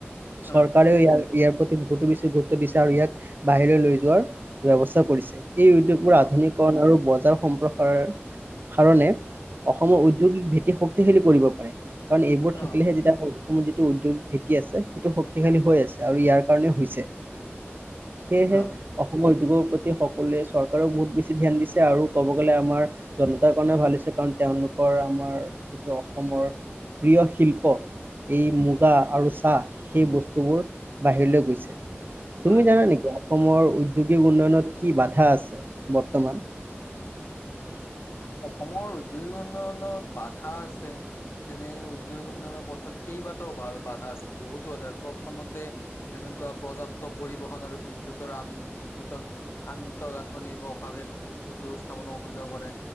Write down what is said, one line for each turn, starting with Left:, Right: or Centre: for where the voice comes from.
Right: চৰকাৰেও
Left: হয়
Right: ইয়াক ইয়াৰ প্ৰতি বহুতো বেছি গুৰুত্ব দিছে আৰু ইয়াক বাহিৰলৈ লৈ যোৱাৰ। ব্যৱস্থা কৰিছে এই উদ্যোগ বোৰ
Left: অ
Right: আধোনিকৰন আৰু বজাৰ সম্প্ৰ কৰ কাৰণে অসমৰ উদ্যোগিক ভেতি শক্তিশালী কৰিব পাৰে। কাৰণ এইবোৰ
Left: অ
Right: থাকিলেহে তেতিয়া হ'ল অসম যিটো উদ্যোগিক ভিত্তি আছে সেইটো শক্তিশালী হৈ আছে আৰু ইয়াৰ কাৰণে হৈছে। সেইয়েহে,
Left: অ
Right: অসমৰ উদ্যোগৰ প্ৰতি সকলোৱে চৰকাৰে বহুত বেছি ধ্যান দিছে আৰু ক'ব গ'লে আমাৰ। জনতাৰ কাৰণে ভাল হৈছে কাৰণ তেওঁলোকৰ আমাৰ যিটো অসমৰ প্ৰিয় শিল্প, এই মুগা আৰু চাহ সেই বস্তুবোৰ বাহিৰলৈ গৈছে।
Left: হয়
Right: তুমি জানা নেকি অসমৰ উদ্যোগিক উন্নয়নত কি বাধা আছে বৰ্তমান।
Left: অসমৰ উদ্যোগিক উন্নয়নত বাধা আছে। যেনে উদ্যোগিক উন্নয়নৰ পথত কেইবাটাও বাধা আছে বহুতো বাধা প্ৰথমতে, তেনেকুৱা প্ৰযাপ্ত পৰিবহন আৰু বিদ্যুতৰ আন বিদ্যুতৰ, আন্তঃগাঁথনিৰ অভাৱে উদ্যোগ স্থাপনৰ অসুবিধা কৰে